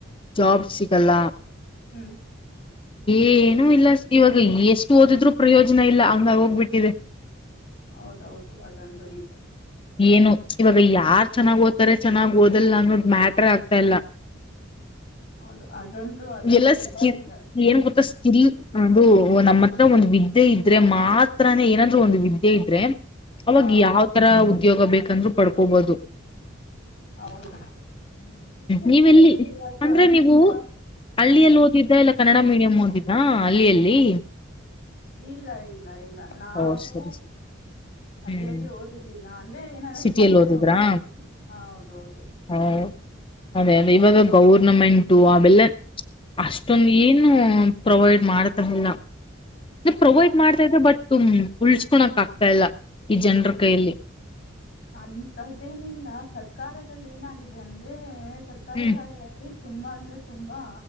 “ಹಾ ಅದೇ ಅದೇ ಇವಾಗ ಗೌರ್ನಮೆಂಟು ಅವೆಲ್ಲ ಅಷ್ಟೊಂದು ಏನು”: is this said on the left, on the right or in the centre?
Left